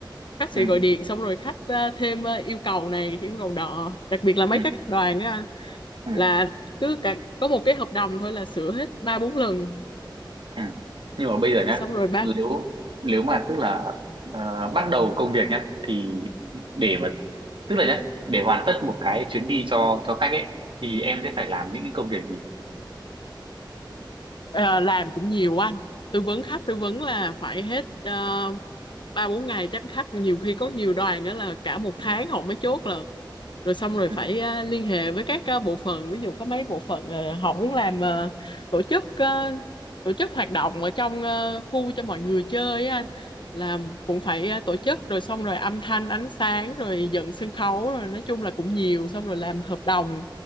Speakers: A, on the left; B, on the right.
A: khách sẽ
B: ừ
A: gọi điện xong rồi khách ờ, thêm ờ, yêu cầu này yêu cầu nọ đặc biệt là mấy
B: ừ
A: cái khách đoàn á
B: ừ
A: là cứ cả, có một cái hợp đồng thôi là sửa hết ba bốn lần
B: ừ nhưng mà bây giờ nhá
A: xong rồi ba
B: nếu nếu mà tức là ờ, bắt đầu công việc nhá thì để mà tức là nhá để hoàn tất một cái chuyến đi cho cho khách ấy thì em sẽ phải làm những cái công việc gì
A: Ờ, làm cũng nhiều anh tư vấn khách tư vấn là phải hết ờ, ba bốn ngày chắc khách nhiều khi có nhiều đoàn đó là cả một tháng
B: ừ.
A: họ mới chốt là rồi xong rồi phải
B: ừ.
A: ờ, liên hệ với các ờ, bộ phận ví dụ có mấy bộ phận ờ, họ muốn làm ờ, tổ chức ờ, tổ chức hoạt động ở trong ờ, khu cho mọi người chơi á anh là cũng phải ờ, tổ chức rồi xong rồi âm thanh ánh sáng rồi dựng sân khấu rồi nói chung là cũng nhiều xong rồi làm hợp đồng